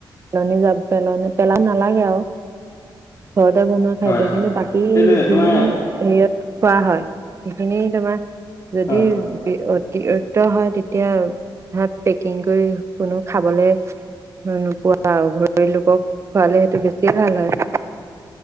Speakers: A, on the right; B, on the left.
A: পেলনি যাব পেল পেলা নালাগে আৰু ঘৰতে বনোৱা খাদ্য
B: হয়, হয়,
A: কিন্তু বাকী
B: সেইটোৱে
A: যিখিনি
B: তোমাৰ
A: হেৰিয়ত খোৱা হয় সেইখিনি তোমাৰ যদি
B: হয়,
A: অতিৰিক্ত হয়, তেতিয়া ধ পেকিং কৰি কোনো খাবলে নোপোৱা ঘৰ লোকক খোৱালে সেইটো বেছিয়ে ভাল হয়